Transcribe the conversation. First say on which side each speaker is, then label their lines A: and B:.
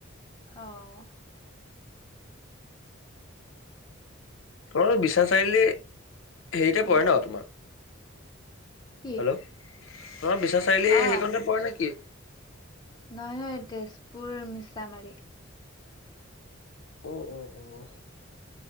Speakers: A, on the left (about 20°); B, on the left (about 75°).
A: অ'
B: তোমাৰ বিশ্বনাথ চাৰিআলি হেৰিতে পৰে
A: বিশ্বনাথ।
B: ন তোমাৰ
A: কি
B: হেল্ল' তোমাৰ বিশ্বনাথ চাৰিআলি
A: অ',
B: হেৰিকণতে পৰে নেকি
A: নহয় নহয় তেজপুৰ মিছামাৰী
B: অ' অ'